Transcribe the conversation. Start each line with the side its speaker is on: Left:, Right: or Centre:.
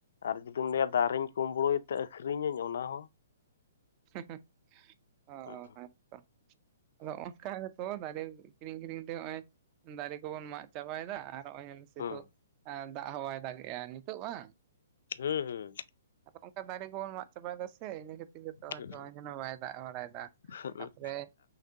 Left: ᱟᱨ ᱡᱩᱫᱤᱢ ᱞᱟᱹᱭᱟ ᱫᱟᱨᱮᱧ ᱠᱩᱢᱵᱲᱳᱭ ᱛᱮ ᱟᱠᱷᱨᱤᱧ ᱟᱹᱧ ᱚᱱᱟ ᱦᱚᱸ
Right: <inaudible>
Left: ᱦᱮᱸ
Right: ᱦᱮᱸᱛᱚ ᱟᱫᱚ ᱚᱱᱠᱟ ᱛᱚ ᱫᱟᱨᱮ ᱠᱤᱨᱤᱧ ᱟᱠᱤᱨᱤᱧ ᱛᱮ ᱱᱚᱜᱚᱭ ᱫᱟᱨᱮ ᱠᱚᱵᱚᱱ ᱢᱟᱜ ᱪᱟᱵᱟᱭ ᱫᱟ ᱟᱨ ᱱᱚᱜᱼᱚᱭ ᱥᱛᱩᱚᱜ
Left: ᱦᱩᱸ
Right: ᱮ ᱫᱟᱜ ᱦᱚᱸ ᱵᱟᱭ ᱫᱟᱜ ᱮᱜᱼᱟ ᱱᱤᱛᱚᱜ ᱵᱟᱝ
Left: ᱦᱩᱸ ᱦᱩᱸ
Right: ᱟᱫᱚ ᱚᱱᱠᱟ ᱫᱟᱨᱮ ᱠᱚᱵᱚᱱ ᱢᱟᱜ ᱪᱟᱵᱟᱭᱮᱫᱟ ᱛᱮ ᱤᱱᱟᱹ ᱠᱷᱟᱹᱛᱤᱨ ᱜᱮᱛᱚ
Left: ᱦᱩᱸ
Right: ᱡᱮᱱᱚ ᱵᱟᱭ ᱫᱟᱜ ᱵᱟᱲᱟᱭ ᱫᱟ
Left: ᱦᱩᱸ ᱦᱩᱸ ᱦᱩᱸ
Right: ᱛᱟᱯᱚᱨᱮ